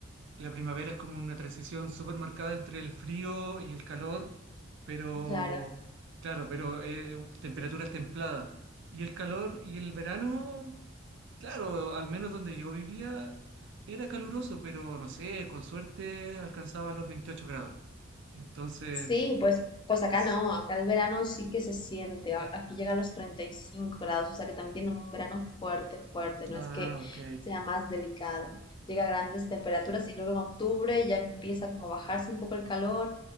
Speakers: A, on the right; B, on the left.
A: la primavera es como una transición súper marcada entre el frío y el calor, pero
B: claro.
A: claro, pero eh, temperaturas templadas. Y el calor y el verano, claro, al menos donde yo vivía era caluroso, pero no sé, con suerte alcanzaba los veintiocho grados. Entonces,
B: Sí, pues, pues acá
A: s-
B: no, acá el verano sí que se siente, a- aquí llega a los 35 grados, o sea que también tiene un verano fuerte, fuerte, no
A: ah,
B: es que
A: ok.
B: sea más delicado, llega a grandes temperaturas y luego en octubre ya empieza como a bajarse un poco el calor